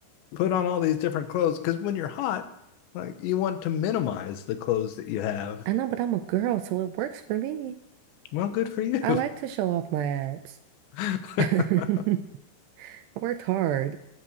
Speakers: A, on the left; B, on the right.
A: put on all these different clothes because when you're hot, like you want to minimize the clothes that you have.
B: I know, but I'm a girl, so it works for me.
A: Well, good for you.
B: I like to show off my abs.
A: <laughs>
B: <laughs> I worked hard.